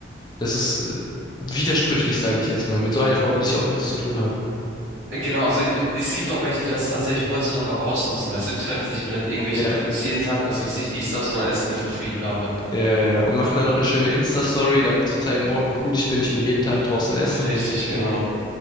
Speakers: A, on the left; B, on the right.
A: Das ist äh, widersprüchlich, sage ich jetzt mal. Mit so einer Frau will ich auch nichts zu tun haben.
B: Äh, Genau, also äh, es gibt auch welche, die das tatsächlich heutzutage auch ausnutzen. Weißt du, die treffen sich mit irgendwelchen
A: Ja,
B: Dudes jeden Tag, was weiß ich, dies, das, und dann essen die for free, bla bla.
A: ja, ja. Und machen dann noch eine schöne Insta-Story, damit sie zeigen, boah, wie cool ich bin, ich bin jeden Tag draußen essen.
B: Richtig, genau.